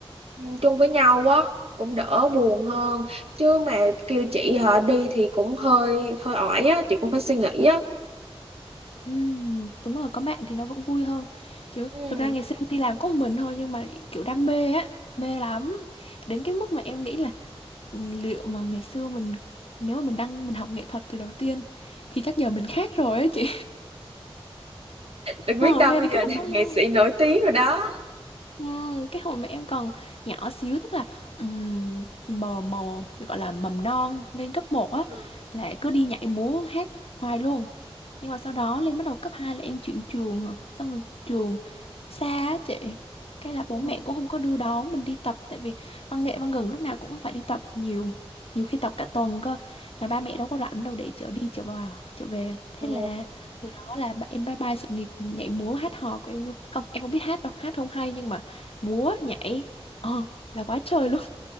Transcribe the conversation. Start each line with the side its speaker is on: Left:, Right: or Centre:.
Right: ừ, chung với nhau á cũng đỡ buồn hơn chứ mà kêu chị họ đi thì cũng hơi hơi ỏi á chị cũng phải suy nghĩ á
Left: Ừm, đúng rồi có bạn thì nó vẫn vui hơn chứ
Right: ừ.
Left: thực ra ngày xưa em đi làm có một mình thôi nhưng mà kiểu đam mê á mê lắm đến cái mức mà em nghĩ là ừ, liệu mà ngày xưa mình nếu mà mình đăng mình học nghệ thuật từ đầu tiên thì chắc giờ mình khác rồi á chị <laughs>
Right: đừng
Left: ờ,
Right: biết đâu
Left: mê
Right: bây
Left: đến
Right: giờ
Left: cái
Right: làm
Left: mức
Right: <laughs>
Left: đó luôn
Right: nghệ sĩ nổi tiếng rồi đó
Left: Ừm, cái hồi mà em còn nhỏ xíu tức là ừm, mờ mờ gọi là mầm non lên cấp một á
Right: ừ.
Left: là cứ đi nhảy múa hát hoài luôn Nhưng mà sau đó lên bắt đầu cấp 2 là em chuyển trường hả? Xong rồi trường xa á chị. Cái là
Right: Ừ.
Left: bố mẹ cũng không có đưa đón mình đi tập tại vì văn nghệ văn gần lúc nào cũng phải đi tập nhiều. Nhiều khi tập cả tuần cơ mà ba mẹ đâu có rảnh đâu để chở đi chở vào chở về. Thế
Right: Ừ.
Left: là từ đó là ba- em bye bye sự nghiệp nhảy múa hát hò của em luôn. Không, em không biết hát đâu, hát không hay nhưng mà múa nhảy ờ là quá trời luôn.